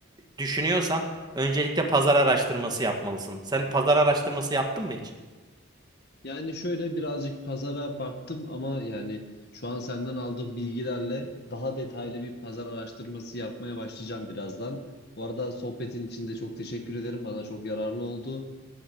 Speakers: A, on the right (about 20°); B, on the left (about 50°).
A: düşünüyorsan öncelikle pazar araştırması yapmalısın. Sen pazar araştırması yaptın mı hiç?
B: Yani şöyle birazcık pazara baktım ama yani şu an senden aldığım bilgilerle daha detaylı bir pazar araştırması yapmaya başlayacağım birazdan. Bu arada sohbetin için de çok teşekkür ederim. Bana çok yararlı oldu.